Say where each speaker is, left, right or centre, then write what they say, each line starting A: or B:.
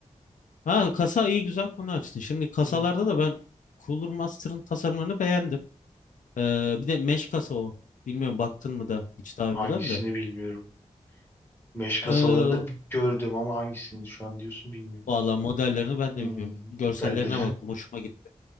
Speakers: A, on the left; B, on the left.
A: Ha kasa iyi güzel konu açtın. Şimdi kasalarda
B: Hı.
A: da ben Cooler Master'ın tasarımlarını beğendim. Ee, bir de mesh kasa o. Bilmiyorum baktın mı da hiç daha
B: Hangisini
A: önceden de.
B: bilmiyorum. Meş kasalarını
A: Ee,
B: gördüm ama hangisini şu an diyorsun bilmiyorum.
A: valla modellerini ben
B: Hmm.
A: de bilmiyorum. Görsellerine
B: Ben de.
A: baktım hoşuma gitti.